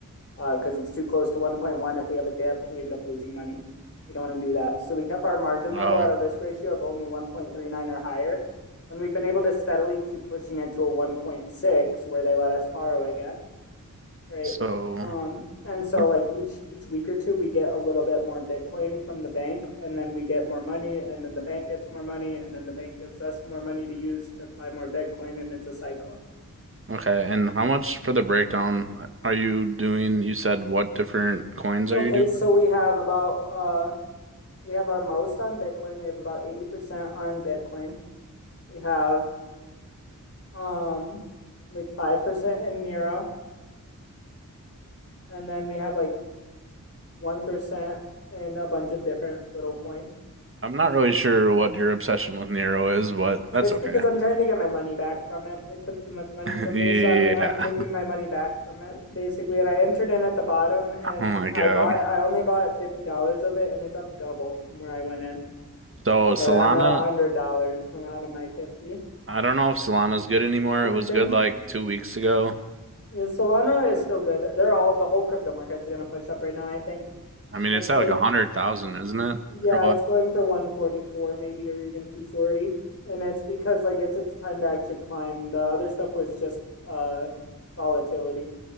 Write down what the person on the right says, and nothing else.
Oh,
so
what-
okay. And how much for the breakdown are you doing? You said what different coins
are you doing?
I'm not really sure what your obsession with Nero is, but that's
okay.
<laughs>
Yeah.
Oh my
God.
So
Solana,
I don't know if Solana's good anymore.
It was
good like two weeks ago.
I mean,
it's at like a hundred thousand, isn't it?
Or what?